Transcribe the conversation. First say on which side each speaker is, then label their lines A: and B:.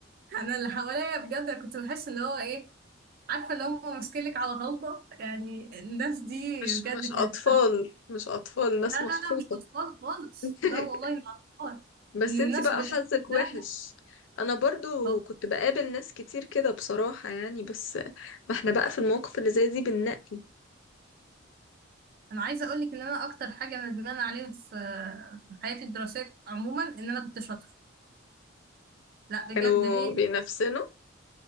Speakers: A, on the right (about 50°); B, on the left (about 75°).
A: <laughs> أنا اللي حواليا بجد أنا كنت بحس إن هو إيه عارفة اللي هم ماسكينك على غلطة يعني الناس دي
B: مش
A: بجد
B: مش اطفال
A: كانت
B: مش اطفال ناس
A: لا لا
B: مسخوطه
A: لا مش أطفال خالص
B: <laughs>
A: لا والله مش أطفال
B: بس
A: إن الناس
B: انتي بقى
A: باللون
B: حظك
A: ده
B: وحش انا برضو
A: هو
B: كنت بقابل ناس كتير كده بصراحة يعني بس ما احنا بقى في المواقف اللي زي دي بننقي
A: أنا عايزة أقول لك إن أنا أكتر حاجة ندمانة عليها في في حياتي الدراسية عموما إن أنا كنت شاطرة لا بجد
B: كانوا
A: ليه؟
B: بينافسنا